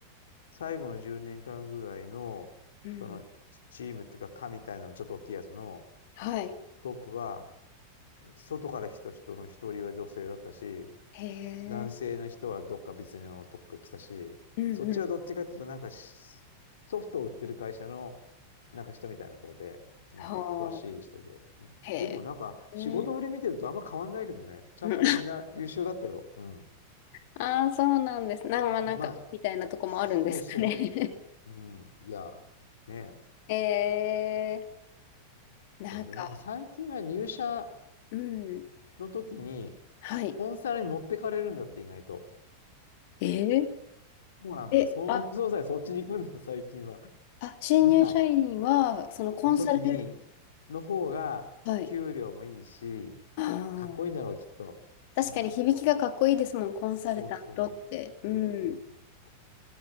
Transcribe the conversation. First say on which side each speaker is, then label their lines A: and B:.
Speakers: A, on the left; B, on the left.
A: 最後の10年間ぐらいの、
B: うん。
A: その、チームっていうか、課みたいなの、ちょっと大きいやつの
B: はい。
A: トップは、外から人人の一人は女性だったし、
B: へえ。
A: 男性の人はどっか別のとこから来たし、
B: うんうん。
A: そっちはどっちかっていうと、なんかしソフトを売ってる会社のなんか人みたいなとこで、うん、
B: はあ。
A: 詳しい人で、うん。
B: へえ。
A: でもなんか仕事ぶり見てるとあんま変わんないけどね、
B: へえー
A: ちゃんとみんな優秀だったよ。
B: うん
A: うん。
B: ああ、そうなんです。なんか、まあなんか、
A: まあ、
B: うみたいなとこもあるんですかね。
A: そうそうそうそう。うん。いや、ねえ。
B: <laughs> えー、
A: そうで、
B: なんか、
A: なんか最近は入社
B: うん、
A: の時に、
B: はい。
A: コンサルに持ってかれるんだって意外と。
B: えー、
A: そうなのよ。
B: え、
A: 総合商社そっちに行くんだよ、
B: あ、
A: 最近は。
B: あ、新入社員は、
A: みたい。
B: そのコンサル、
A: の時に、の方が、
B: はい。
A: 給料もいいし、
B: あー
A: かっこいいんだろう、きっと。
B: 確かに響きがかっこいいですもん、
A: うん。
B: コンサルタントって。
A: そうそう。
B: うん。
A: そうそうそうそう。